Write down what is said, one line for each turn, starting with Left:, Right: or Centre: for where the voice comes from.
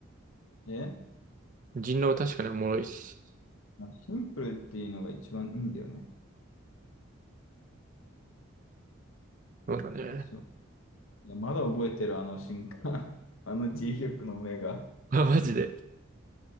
Left: え、
Right: 人狼は確かにおもろいし。
Left: まあ、シンプルっていうのが一番いいんだよね。
Right: そうだね。
Left: そう。いや、まだ覚えてる、あの瞬間。<laughs> あの G ヒョクの目が。
Right: <laughs> あ、マジで。